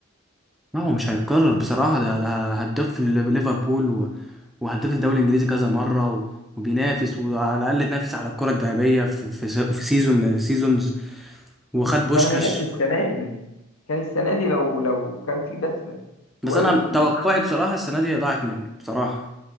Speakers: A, in the centre; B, on the left.
A: ما هو مش هيتكرر بصراحة ده ده هداف في ليفربول و- وهداف الدوري الإنجليزي كذا مرة و- وبينافس وعلى الأقل تنافس على الكرة الذهبية في في س- في سيزون من سيزونز وخد بوشكش
B: كان هيناك السنه دي كان السنه دي لو لو كان في بس
A: بس
B: شويه
A: أنا
B: ال...
A: توقعي بصراحة السنة دي ضاعت منه بصراحة